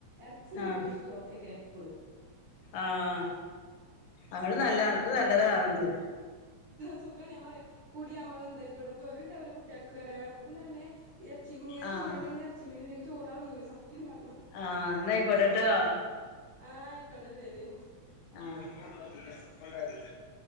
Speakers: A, on the right; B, on the left.
A: ഇറച്ചി
B: ആഹ്
A: മീൻ സ്റ്റോക്കേക്കാരം എപ്പളും
B: ആഹ് അതോണ്ട് നല്ല അനക്ക് നല്ലതാ അതോണ്ട്
A: സുഖാണേ ഇമ്മ പറിം കുടിആമ്പോ എന്താ ഇബടെ വെറിണ്ടാവൂല കുട്ട്യാക്ക്‌റയും ഞമ്മക്കും തന്നെ എറച്ചിക്ക്‌ ഇങ്ങന
B: ആഹ്
A: ശീലായി കയിഞ്ഞാ എറച്ചിം മീനും ഇല്ലെങ്കെ ചോറ് എറങ്ങൂല സത്യം പറഞ്ഞാ
B: ആഹ് ഇന്നാ അയിക്കോട്ടെട്ടോ
A: ആഹ് അയിക്കോട്ടെ ശെരി
B: ആ